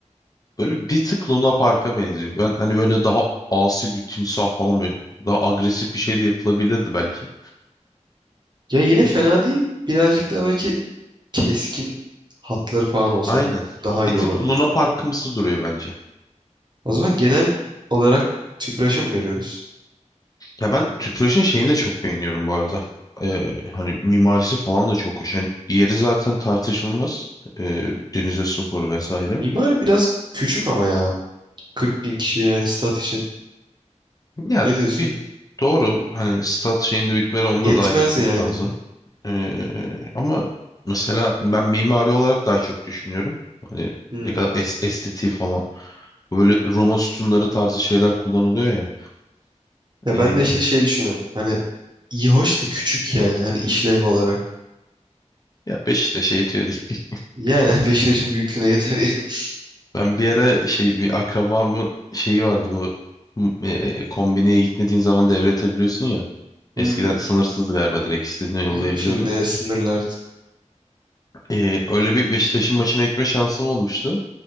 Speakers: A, on the left; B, on the right.
A: Böyle bir tık Luna Park'a benziyor. Ben hani böyle daha asil bir timsah falan böyle daha agresif bir şey de yapılabilirdi belki.
B: Ya yine
A: E,
B: fena değil. Birazcık daha belki keskin hatları falan olsa
A: aynen.
B: daha iyi
A: Bir tık
B: olabilir.
A: Luna Park'ımsı duruyor bence.
B: O zaman genel olarak TÜPRAŞ'a mı veriyoruz?
A: Ya ben Tüpraş'ın şeyini de çok beğeniyorum bu arada. E, hani mimarisi falan da çok hoş. Hani yeri zaten tartışılmaz. E, denize sıfır vesaire.
B: İmar biraz küçük ama ya. 40 bin kişi yani stat için.
A: Ya
B: Ne diyorsun?
A: bir doğru hani stat şeyinde bitmeli onu
B: Yetmez
A: da dahil etmek
B: yani.
A: lazım. Ee, ama mesela ben mimari olarak daha çok düşünüyorum. Hani
B: Hmm.
A: ne kadar es estetiği falan. Böyle Roma sütunları tarzı şeyler kullanılıyor ya.
B: Ya
A: Ee,
B: ben de işte şey düşünüyorum. Hani iyi hoş da küçük yani. Hani işlev olarak.
A: ya Beşiktaş'a şey yetiyor değil. <laughs>
B: Yani <laughs> Beşiktaş'ın büyüklüğüne yeter yani. <laughs>
A: Ben bir ara şey bir akrabamın şeyi vardı bu m- e, kombineye gitmediğin zaman devretebiliyorsun ya. Eskiden
B: Hmm.
A: sınırsızdı galiba direkt istediğine yollayabiliyordun.
B: Hmm, Şimdi sınırlı artık.
A: Ee, öyle bir Beşiktaş'ın maçına gitme şansım olmuştu.